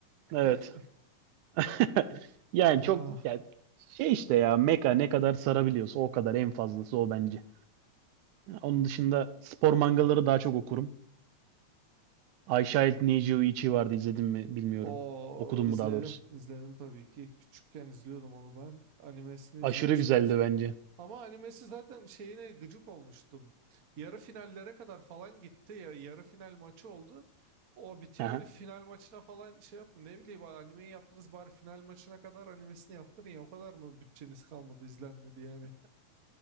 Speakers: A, on the right; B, on the right.
A: Evet.
B: <laughs>
A: <laughs> Yani
B: Ah,
A: çok ya şey işte ya meka ne kadar sarabiliyorsa o kadar en fazlası o bence. Onun dışında spor mangaları daha çok okurum. I Child Need You Ichi vardı izledim mi bilmiyorum.
B: o
A: Okudum
B: izledim
A: mu daha doğrusu.
B: izledim tabii ki küçükken izliyordum onu ben animesini
A: Aşırı
B: izlemiştim
A: güzeldi bence.
B: Ama animesi zaten şeyine gıcık olmuştum. Yarı finallere kadar falan gitti ya yarı final maçı oldu. O bitiyor
A: <laughs>
B: hani final maçına falan şey yapma ne bileyim animeyi yaptınız bari final maçına kadar animesini yaptırın ya o kadar mı bütçeniz kalmadı izlenmedi yani.